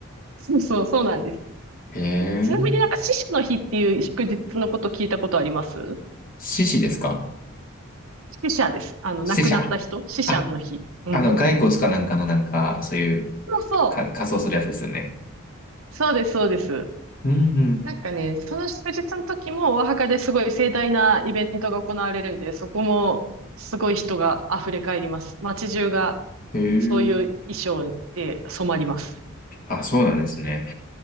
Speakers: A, on the right (about 70°); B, on the left (about 40°).
A: そうそう、そうなんです。
B: へえ。
A: ちなみになんか死者の日っていう祝日のこと聞いたことあります
B: 獅子ですか
A: 死者です。あの、
B: 死者
A: 亡くなった人死者の日。
B: あ、
A: うん。
B: あの、骸骨かなんかのなんか、そういう、
A: そうそう。
B: か、仮装するやつですよね。
A: そうです、そうです。
B: うんうん。
A: なんかね、その祝日の時もお墓ですごい盛大なイベントが行われるんで、そこもすごい人が溢れ返ります。街中が
B: へえ。
A: そういう衣装で染まります。
B: あ、そうなんですね。